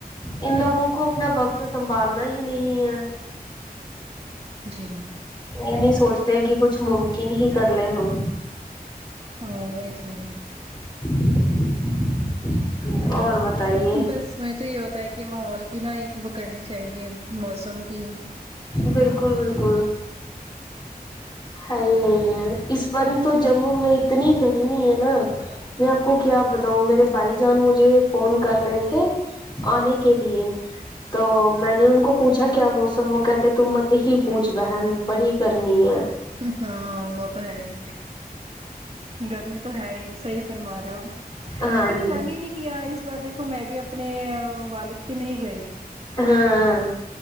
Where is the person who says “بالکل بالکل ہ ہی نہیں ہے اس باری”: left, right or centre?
Left